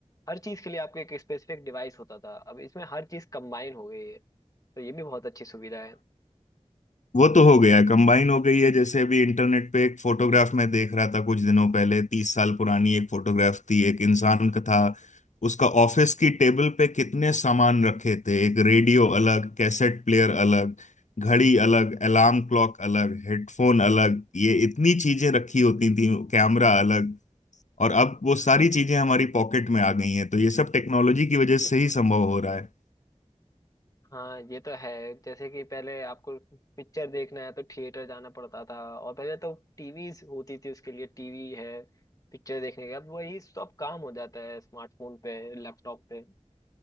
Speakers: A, on the left; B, on the left.
A: हर चीज के लिए आपको एक स्पेसिफिक डिवाइस होता था अब इसमें हर चीज कंबाइन हो गई है तो ये भी बहुत अच्छी सुविधा है
B: वो तो हो गया कंबाइन हो गई है जैसे अभी इंटरनेट पे एक फोटोग्राफ मैं देख रहा था कुछ दिनों पहले तीस साल पुरानी एक फोटोग्राफ थी एक इंसान का था उसका ऑफिस की टेबल पे कितने सामान रखे थे एक रेडियो अलग कैसेट प्लेयर अलग घड़ी अलग अलार्म क्लॉक अलग हेडफोन अलग ये इतनी चीजें रखी होती थी कैमरा अलग और अब वो सारी चीजें हमारी पॉकेट में आ गई हैं तो ये सब टेक्नोलॉजी की वजह से ही संभव हो रहा है
A: हाँ ये तो है जैसे कि पहले आपको पिक्चर देखना है तो थिएटर जाना पड़ता था और पहले तो टीवीज होती थी उसके लिए टीवी है पिक्चर देखने के अब वही सब काम हो जाता है स्मार्टफोन पे लैपटॉप पे